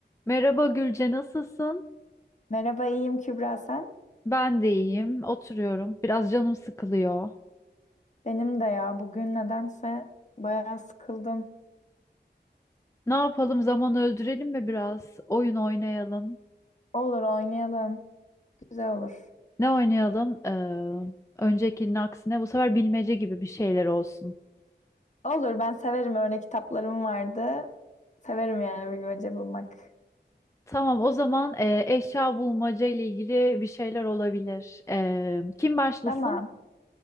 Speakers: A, on the left; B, on the left.
A: Merhaba Gülce, nasılsın?
B: Merhaba, iyiyim Kübra sen?
A: Ben de iyiyim, oturuyorum. Biraz canım sıkılıyor.
B: Benim de ya bugün nedense bayağı sıkıldım.
A: Ne yapalım, zaman öldürelim mi biraz? Oyun oynayalım.
B: Olur oynayalım. Güzel olur.
A: Ne oynayalım? Ee, öncekinin aksine bu sefer bilmece gibi bir şeyler olsun.
B: Olur ben severim öyle kitaplarım vardı. Severim yani bilmece bulmak.
A: Tamam, o zaman e, eşya bulmaca ile ilgili bir şeyler olabilir. Ee, kim başlasın?
B: Tamam.